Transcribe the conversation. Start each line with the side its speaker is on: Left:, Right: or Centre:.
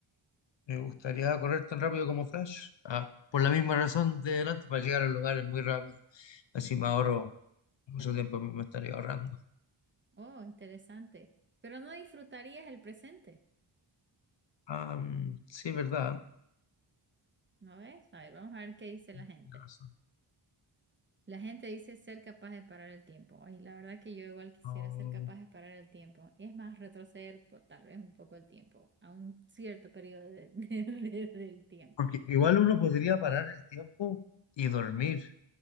Left: me gustaría correr tan rápido como Flash. Ah, por la misma razón de delante, para llegar a lugares muy rápido. Así me ahorro mucho tiempo, me estaría ahorrando.
Right: Oh, interesante. Pero no disfrutarías el presente,
Left: Am, sí, verdad.
Right: ¿no ves? A ver, vamos a ver qué dice la
Left: Tienes
Right: gente.
Left: razón.
Right: La gente dice ser capaz de parar el tiempo. Ay, la verdad que yo igual quisiera
Left: No-
Right: ser capaz de parar el tiempo. Y es más, retroceder po- tal vez un poco el tiempo, a un cierto periodo de- <laughs> de- de- del tiempo.
Left: Porque igual uno podría parar el tiempo y dormir